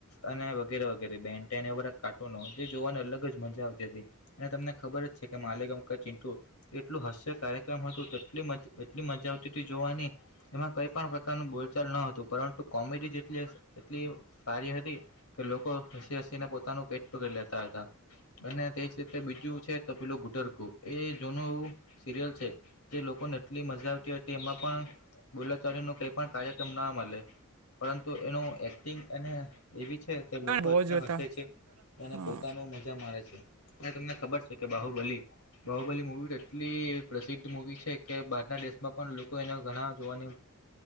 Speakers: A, on the left; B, on the right.
A: અને વગેરે વગેરે બેન કાર્ટૂનો જે જોવાની અલગ જ મજા આવતી હતી અને તમને ખબર જ છે કે માલ <unintelligible> એટલું હાસ્ય કાર્યક્રમ હતું એટલી મજા આવતી જોવાની. એમાં કઈ પણ પ્રકારનું બોલચાલ ન હતું પરંતુ કોમેડી જેટલી એટલી સારી હતી કે લોકો હસી હસીને પોતાનું પેટ તૂરી લેતા હતા અને તે તે બીજું છે તપીલું ગુટરકુ એ જૂનું એવું સિરિયલ છે. જે લોકોને આટલી મજા આવતી હોય. તેમાં પણ બોલાચાલી નો કઈ પણ કાર્યક્રમ ના મળે પરંતુ એનું એક્ટિંગ અને એવી છે કે લોકો એટલા
B: બહુ જોતા
A: હસે છે અને
B: હા
A: પોતાનો મજા મારે છે. અ તમને ખબર છે કે બાહુબલ બાહુબલી મુવી એટલી પ્રસિદ્ધ મુવી છે કે બહારના દેશમાં પણ લોકો એના ઘણા જોવાની